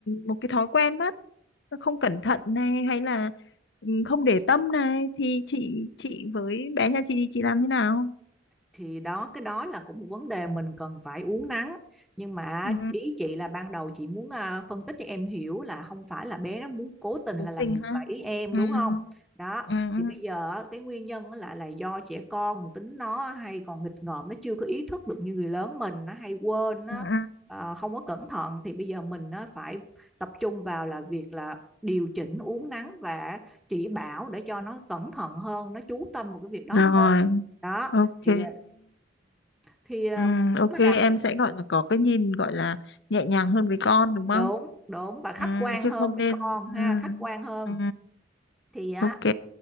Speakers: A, on the left; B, in the centre.
A: một cái thói quen mất Nó không cẩn thận này hay là ừ, không để tâm này thì chị chị với bé nhà chị thì chị làm thế nào
B: thì đó cái đó là cũng một vấn đề mình cần phải uốn nắn nhưng mà
A: ừ,
B: ý chị là ban đầu chị muốn à, phân tích cho em hiểu là không phải là bé nó muốn cố tình
A: cố
B: là làm
A: tình
B: ngược
A: ha
B: lại ý em
A: ừ,
B: đúng không đó
A: ừ, ừ,
B: thì bây giờ á, cái nguyên nhân á là là do trẻ con tính nó hay còn nghịch ngợm nó chưa có ý thức được như người lớn mình nó hay quên nó
A: ừ. ừ.
B: à, không có cẩn thận thì bây giờ mình nó phải tập trung vào là việc là điều chỉnh uốn nắn và chỉ bảo để cho nó cẩn thận hơn nó chú tâm vào cái việc đó
A: Rồi,
B: hơn đó
A: ok.
B: thì giờ thì ờ,
A: Ừ, ok,
B: mới làm
A: em sẽ gọi là có cái nhìn gọi là nhẹ nhàng hơn với con đúng không?
B: đúng đúng và khách
A: Ừ,
B: quan
A: chứ
B: hơn
A: không
B: với
A: nên
B: con
A: ừ,
B: ha khách quan hơn
A: ừ,
B: thì á
A: ok.